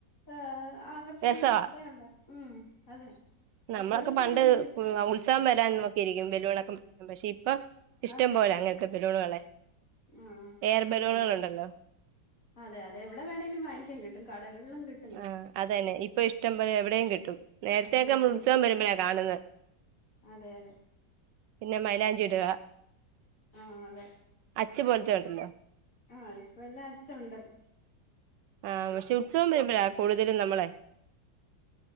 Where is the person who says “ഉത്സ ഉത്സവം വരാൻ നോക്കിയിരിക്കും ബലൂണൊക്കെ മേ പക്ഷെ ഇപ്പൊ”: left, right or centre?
Right